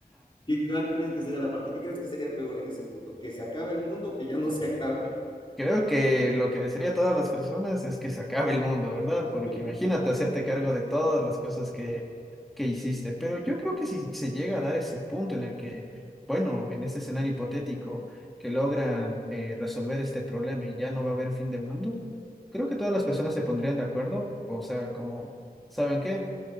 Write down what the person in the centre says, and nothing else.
Creo que lo que desearía a todas las personas es que se acabe el mundo, ¿verdad? Porque
imagínate hacerte cargo de todas las cosas que, que hiciste. Pero yo creo que si se llega a dar ese punto en el que, bueno, en ese escenario hipotético, que logran eh, resolver este problema y ya no va a haber fin de mundo, creo que todas las personas se pondrían de acuerdo. O sea, como, ¿saben qué?